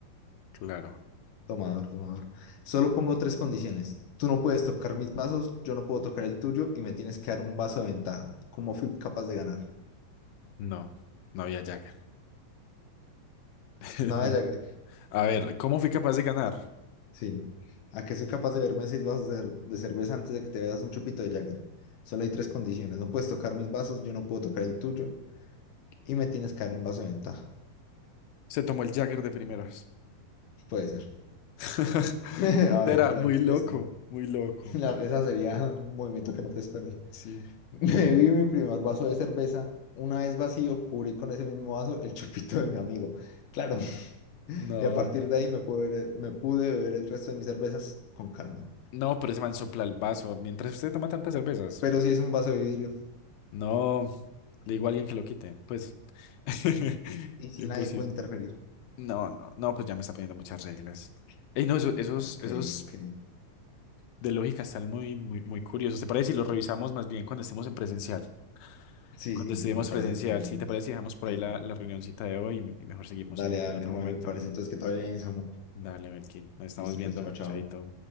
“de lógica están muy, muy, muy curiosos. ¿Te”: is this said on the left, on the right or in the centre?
Left